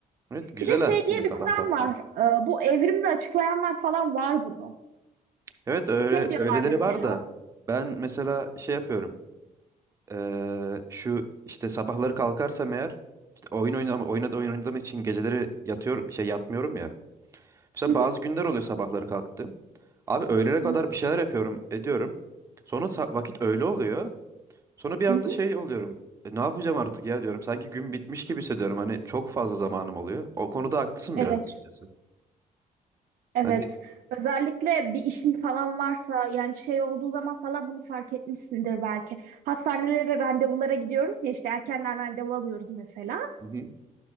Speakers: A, on the right (about 20°); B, on the right (about 80°).
A: Evet güzel
B: Bir de şey
A: aslında
B: diye
A: sabah
B: bir kuram
A: kalkmak.
B: var. Ee, bu evrimini açıklayanlar falan var bunu.
A: Evet öyle
B: Şey diyorlar
A: öyleleri
B: mesela.
A: var da ben mesela şey yapıyorum. Eee, şu işte sabahları kalkarsam eğer işte oyun oynam oynadı oyun oynadığım için geceleri yatıyor şey yatmıyorum ya. Mesela
B: Hı hı,
A: bazı günler oluyor sabahları kalktım. Abi öğlene kadar
B: hı hı,
A: bir şeyler yapıyorum, ediyorum. Sonra sa- vakit öğle oluyor. Sonra bir anda
B: hı hı.
A: şey oluyorum. "E, ne yapacağım artık ya diyorum. Sanki gün bitmiş gibi hissediyorum. Hani çok fazla zamanım oluyor. O konuda haklısın
B: Evet,
A: biraz açıkçası.
B: evet.
A: Hani
B: Özellikle bir işin falan varsa yani şey olduğu zaman falan bunu fark etmişsindir belki. Hastanelere randevulara gidiyoruz diye işte erkenden randevu alıyoruz mesela.
A: Hı hı. <laughs>